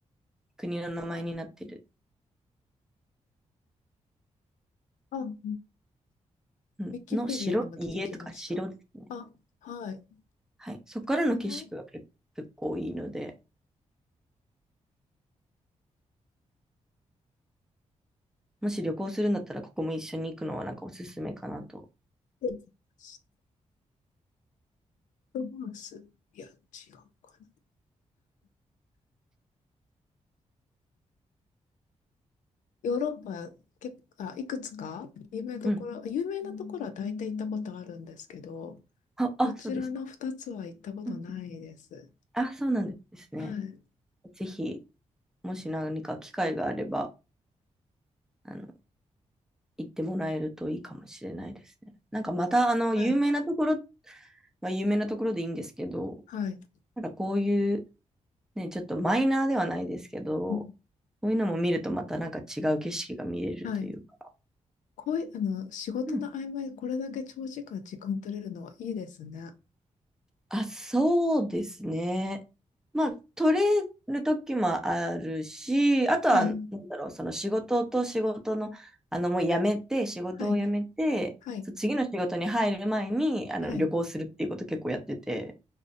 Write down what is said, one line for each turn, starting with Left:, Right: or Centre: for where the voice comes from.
Centre: 国の名前になってる。
Left: あ、ウ
Centre: うんの城、
Left: ィキペディアにも出てきました。
Centre: 家とか城ですね。
Left: あ、はい。
Centre: はい。そこからの景色が結結構いいので、
Left: これかな
Centre: もし旅行するんだったら、ここも一緒に行くのはなんかおすすめかなと。
Left: できました。マウス。いや、違うかな。ヨーロッパ、け、あ、いくつか有名どころ、
Centre: うん。
Left: 有名なところは大体行ったことあるんですけど、
Centre: あ、あ、
Left: こちらの2つは行ったことないです。
Centre: そうですか。うん。あ、そうなんですね。
Left: はい。
Centre: ぜひ、もし何か機会があれば、あの、行ってもらえるといいかもしれないですね。なんかまた、あの、
Left: はい。
Centre: 有名なところ、まあ、有名なところでいいんですけど、
Left: はい。
Centre: なんかこういう、ね、ちょっとマイナーではないですけど、
Left: うん
Centre: こういうのも見るとまたなんか違う景色が見れるというか。
Left: はい。こういう、あの、仕事の合間にこれだけ長時間時間取れるのはいいですね。
Centre: うんあ、そうですね。まあ、取れる時もあるし、あとは、
Left: はい。
Centre: なんだろう、その仕事と仕事の、あの、もう辞めて、仕事を辞めて、
Left: はい。はい。
Centre: そう次の仕事に入る前に、あの、
Left: はい。
Centre: 旅行するっていうこと結構やってて、